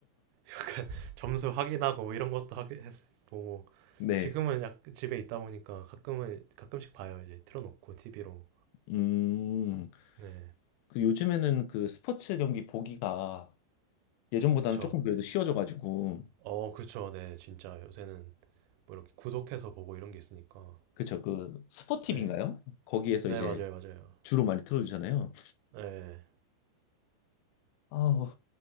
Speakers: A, on the right; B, on the left.
A: 약간 <laughs> 점수 확인하고 이런 것도 하게 했, 보고
B: 네.
A: 지금은 약 집에 있다 보니까 가끔은 가끔씩 봐요. 이제 틀어놓고 TV로.
B: 음,
A: 네,
B: 그 요즘에는 그 스포츠 경기 보기가 예전보다는
A: 그쵸.
B: 조금 그래도
A: 네.
B: 쉬워져가지고,
A: 어, 그쵸. 네, 진짜 요새는 뭐 이렇게 구독해서 보고 이런 게 있으니까.
B: 그쵸, 그 스포티비인가요?
A: 네,
B: 거기에서
A: 네,
B: 이제
A: 맞아요, 맞아요.
B: 주로 많이 틀어주잖아요.
A: 네,
B: 아우,